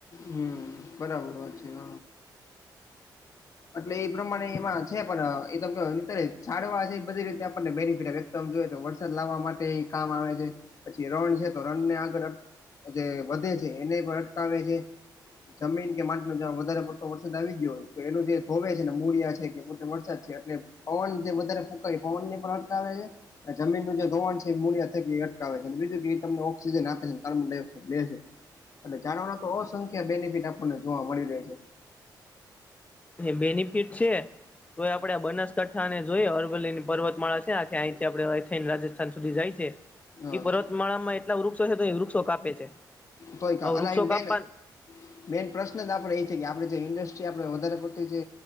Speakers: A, on the left; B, on the left.
A: હમ બરાબર વાત છે હ એટલે એ પ્રમાણે એમાં છે પણ એ ત કે ની ચડવા છે બધી રીતે આપણને બેનિફિટ આવે. ઉમ જો તો વરસાદ લાવવા માટે એ કામ આવે છે પછી રણ છે તો રણ ને આગળ જે વધે છે એને પણ અટકાવે છે. જમીન કે માટી ન વધારે પડતો વરસાદ આવી ગયો હોય તો એનો જે ભોવે છે ને મૂરિયા છે કે પોતે વરસાદ છે એટલે પવન જે વધારે ફૂંકાય પવન ને પણ અટકાવે છે. જમીનનું જે ધોવાણ છે એ મૂળિયા થકી એ અટકાવે છે બીજું કે તમને ઓક્સિજન આપે છે કાર્બન ડાયક્સાઇડ બે છે. એટ જાણવાના તો અસંખ્ય બેનિફિટ આપણને જોવા મળી રહે છે.
B: એ બેનિફિટ છે. તોય આપડે બનાસકાંઠા ને જોઈએ અરવલ્લી ની પર્વતમાળા છે આ કેે અહીંથી આપડે રાજસ્થાન સુધી જાય છે
A: હ
B: એ પર્વતમાળામાં એટલા વૃક્ષો છે તો એ વૃક્ષો કાપે છે.
A: તોય ક
B: હવે
A: અલા
B: વૃક્ષો
A: એ મેન
B: કાપવા
A: મેઈન પ્રશ્ન જ આપણે એ છે કે આપણે જે ઇન્ડસ્ટ્રી આપણે વધારે પડતી જે